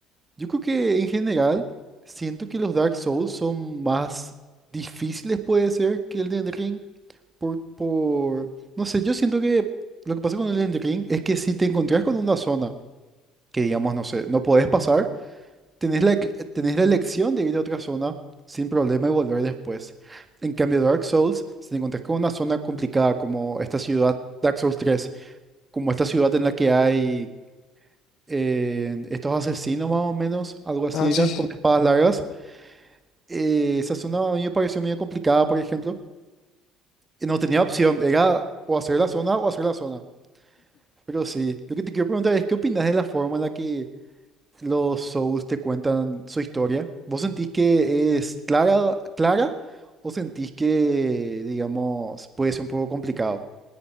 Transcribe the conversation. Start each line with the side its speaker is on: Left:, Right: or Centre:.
Right: yo creo que en general siento que los Dark Souls son más difíciles, puede ser, que Elden Ring. por, por, no sé, yo siento que lo que pasa con el Elden Ring es que si te encontrás con una zona que digamos, no sé, no podés pasar, tenés la, ec- tenés la elección de ir a otra zona sin problema y volver después. En cambio, Dark Souls, si te encontrás con una zona complicada como esta ciudad, Dark Souls tres como esta ciudad en la que hay eh, estos asesinos más o menos, algo así
Left: Ah, sí,
Right: era,
Left: sí,
Right: con
Left: sí.
Right: espadas largas, eh, esa zona a mí me pareció medio complicada, por ejemplo, y no tenía opción, era o hacer la zona o hacer la zona. Pero sí, lo que te quiero preguntar es, ¿qué opinas de la forma en la que los Souls te cuentan su historia? ¿Vos sentís que es clara, clara o sentís que, digamos, puede ser un poco complicado?